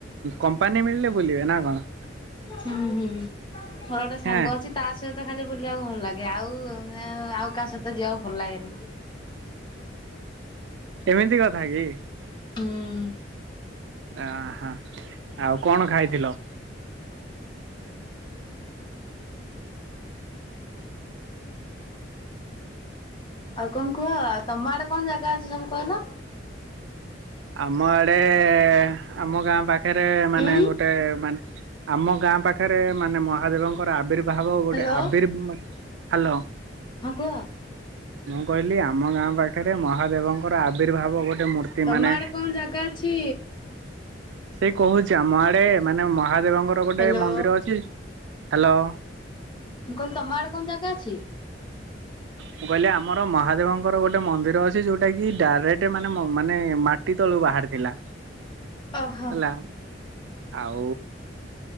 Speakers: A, on the right (about 80°); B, on the left (about 25°).
A: କମ୍ପାନୀ ମିଳିଲେ ବୁଲିବେ ନା କଣ।
B: ହୁଁ ହୁଁ। ମୋର ଗୋଟେ ସାଙ୍ଗ
A: ହେଁ
B: ଅଛି ତା ସହିତ ଖାଲି ବୁଲିବାକୁ ଭଲ ଲାଗେ। ଆଉ ଆଉ କାହା ସହିତ ଯିବାକୁ ଭଲ ଲାଗେନି।
A: ଏମିତି କଥା କି।
B: ହୁଁ।
A: ଅ ହ। ଆଉ କଣ ଖାଇଥିଲ।
B: ଆଉ କଣ କୁହ। ଆଉ ତମ ଆଡେ କଣ ଜାଗା ଅଛି ସବୁ କହିଲ।
A: ଆମ ଆଡେ। ଆମ ଗାଁ ପାଖରେ ମାନେ
B: ଉଁ
A: ଗୋଟେ ମାନେ ଆମ ଗାଁ ପାଖରେ ଗୋଟେ ମାନେ ମହାଦେବଙ୍କର ଆବିର୍ଭାବ ଗୋଟେ
B: ହ୍ୟାଲୋ
A: ଆବିର୍ ହାଲୋ।
B: ହଁ କୁହ।
A: ମୁଁ କହିଲି ଆମ ଗାଁ ପାଖରେ ମ ମହାଦେବଙ୍କର ଆବିରର୍ଭାବ ଗୋଟେ ମୂର୍ତ୍ତି
B: ତମ
A: ମାନେ
B: ଆଡେ କଣ ଜାଗା ଅଛି?
A: ସେ କହୁଛି ଆମ ଆଡେ ମାନେ ମହାଦେବଙ୍କ ହାଦେବଙ୍କର ଗୋଟେ
B: ହ୍ୟାଲୋ
A: ମନ୍ଦିର ଅଛି ହ୍ୟାଲୋ।
B: ମୁଁ କହିଲି ତମ ଆଡେ କଣ ଜାଗା ଅଛି?
A: ମୁଁ କହିଲି ଆମର ମହାଦେବଙ୍କର ଗୋଟେ ମନ୍ଦିର ଅଛି। ଯୋଉଟା କି ଡାଇରେକ୍ଟ ମାନେ ମାନେ ମାଟି ତଳୁ ବାହାରିଥିଲା।
B: ଓହୋ।
A: ହେଲା। ଆଉ।